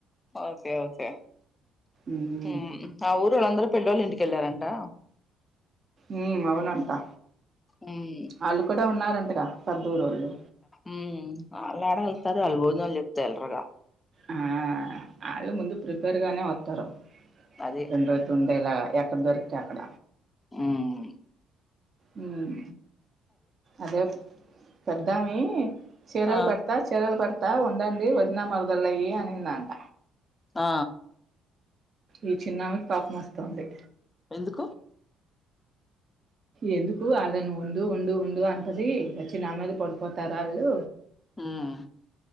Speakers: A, on the left; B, on the right.
A: ఓకే ఓకే
B: ఉమ్.
A: ఊ ఆ ఊరుళంద్ర పిల్లోల ఇంటి కెళ్ళారంటా
B: ఊ అవునంటా
A: ఉమ్
B: ఆళ్ళు కూడా ఉన్నారం ర కద్దుూ రోళ్ళు
A: మ్మ్ అల్లాడ అళ్తారు వాళ్ళు బోజనాలు చెప్ప వెళ్ళరాగా
B: ఆ వాళ్ళు ముందు ప్రిపేర్ గానే వస్తారు
A: అది
B: రండ త ఉండే అలా ఎక్కడ దొరికితే అక్కడ
A: మ్మ్
B: మ్మ్ అదే పెద్దమీ చీరలు
A: ఆ
B: పడతా చీరలు పడతా కా ఉండండి వదినమరదలయి అనిందాంట
A: ఆ
B: ఈ చిన్నమికి కోపం వస్తుంది.
A: ఎందుకు
B: ఎందుకు ఆళ్ళను ఉండు ఉండు ఉండు అంటది వచ్చి నా మీద పడిపోతారు ఆళ్ళు
A: హ్మ్.